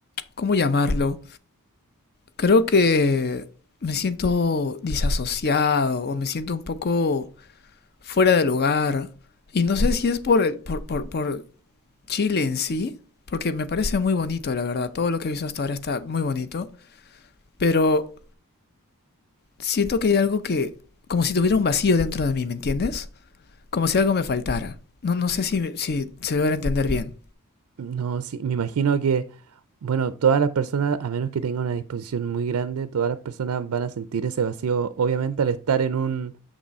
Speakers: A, on the left (about 45°); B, on the right (about 70°).
A: ¿cómo llamarlo? Creo que me siento disasociado o me siento un poco fuera de lugar. Y no sé si es por, el, por, por, por Chile en sí, porque me parece muy bonito, la verdad. Todo lo que he visto hasta ahora está muy bonito. Pero siento que hay algo que, como si tuviera un vacío dentro de mí, ¿me entiendes? Como si algo me faltara. No, no sé si, si se logra entender bien.
B: No, sí, me imagino que, bueno, todas las personas, a menos que tengan una disposición muy grande, todas las personas van a sentir ese vacío, obviamente, al estar en un